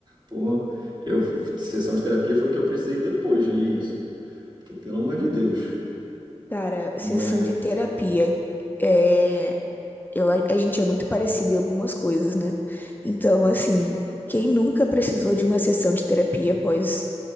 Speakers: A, on the right; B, on the left.
A: pô, eu. Sessão de terapia foi o que eu precisei depois de ler isso. Porque, pelo amor de Deus.
B: Cara,
A: Mas.
B: sessão de terapia. É. Eu, a, gente é muito parecido em algumas coisas, né? Então, assim, quem nunca precisou de uma sessão de terapia após